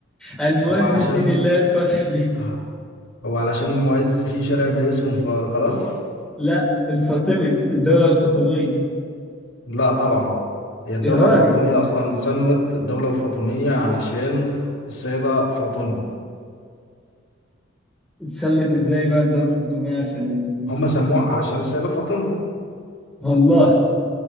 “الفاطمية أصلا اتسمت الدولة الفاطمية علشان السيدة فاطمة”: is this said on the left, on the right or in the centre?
Left